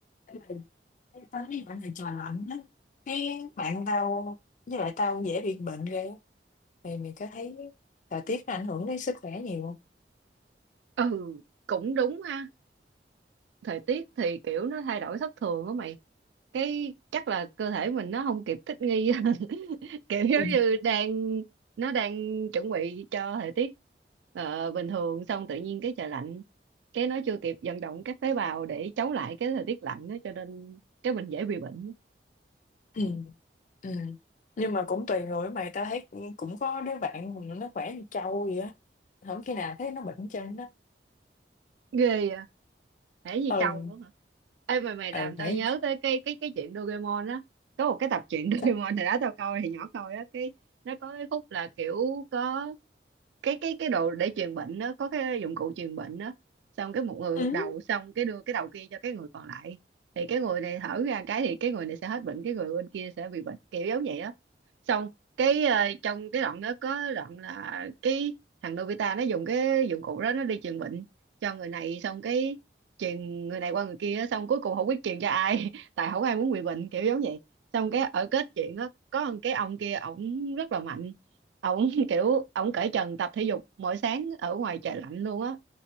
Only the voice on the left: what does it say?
Ê, bà- thấy bạn này trời lạnh á cái bạn tao với lại tao dễ bị bệnh ghê á. mày mày có thấy thời tiết nó ảnh hưởng đến sức khỏe nhiều không
Ừ.
ừ, ừ. nhưng mà cũng tùy người mày tao thấy cũng có đứa bạn mà nó khỏe như trâu vậy á không khi nào thấy nó bệnh chân đó
ừ
ừ
phải
sao
ừ